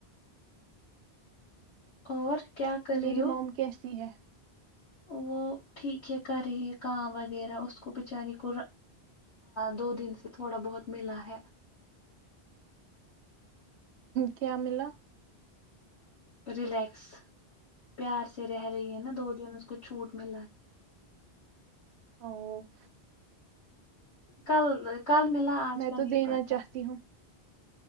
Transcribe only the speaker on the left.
اور کیا کر
رہے ہو
وہ ٹھیک ہے کر رہی ہے کااں وغیرہ اس کو بچاری کو دو دن سے تھوڑا بہت ملا ہے
رلیکس پیار سے رہی ہے نا دو دن کو چھوٹ ملا ہے
کل کل ملا آج
کا
نہیں
پتا